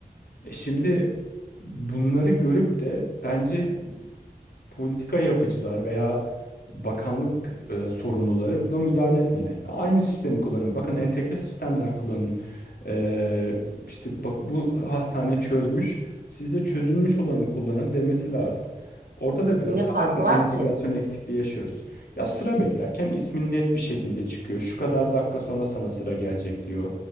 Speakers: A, on the left; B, on the right.
A: E Şimdi bunları görüp de bence politika yapıcılar veya bakanlık e, sorumluları buna müdahale etmeli. Aynı sistemi kullanın. Bakın entegre sistemler kullanın. E, işte bak bu hastane çözmüş. Siz de çözülmüş olanı kullanın demesi lazım. Orada da biraz
B: Ne
A: hala
B: farkı var
A: entegrasyon
B: ki?
A: eksikliği yaşıyoruz. Ya sıra beklerken ismin net bir şekilde çıkıyor. Şu kadar dakika sonra sana sıra gelecek diyor.